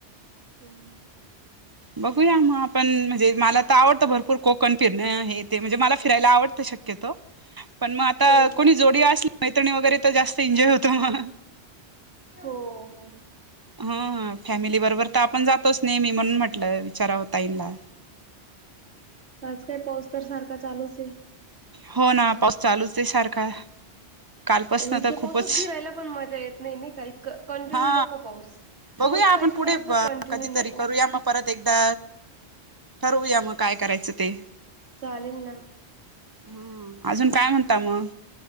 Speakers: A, on the right; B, on the right.
A: हो
B: बघूया म आपणं म्हणजे मला तर आवडतं भरपूर कोकण फिरणं हे ते म्हणजे मला फिरायला आवडतं. शक्यतो पण म आता
A: हो
B: कोणी जोडी असली तर मैत्रिणी वगैरे तर जास्त एन्जॉय होतो म
A: हो हो.
B: ह हं फॅमिली बरोबर तर आपण जातोच नेहमी म्हणून म्हटलं विचाराव ताईनला.
A: आज काय पाऊस तर सारखा चालूच आहे.
B: हो ना पाऊस चालूच आहे सारखा. कालपासन
A: आणि इथल्या
B: तर खूपच
A: पाऊसात भिरायला पण मजा येत नाही नाही का इतकं कंटिन्यू
B: हा
A: नको पाऊस.
B: बघूया
A: पाऊस
B: आपण
A: पाहिजे
B: पुढे
A: पण असा कंटिन्यू
B: कधीतरी
A: नको.
B: करूया मग परत एकदा ठरवूया म काय करायचं ते
A: चालेल ना.
B: हम अजून काय म्हणता मग.